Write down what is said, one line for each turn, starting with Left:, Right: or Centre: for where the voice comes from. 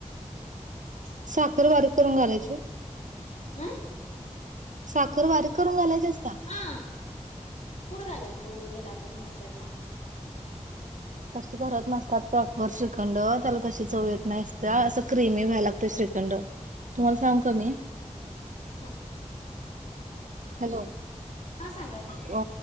Left: <unintelligible>
Right: साखर बारीक करून घालायची.
Left: अ
Right: साखर बारीक करून घालायची असत्या
Left: हा. पुढ घालायची घ्याला करून मिक्सरला.
Right: तस करत नसतात प्रा पर श्रीखंड त्याला तशी चवयेत नसत्या असं क्रिमी मी व्हायला लागतं श्रीखंड. तुम्हाला सांग क मी
Left: हम.
Right: हॅलो
Left: हा सांगा की
Right: अ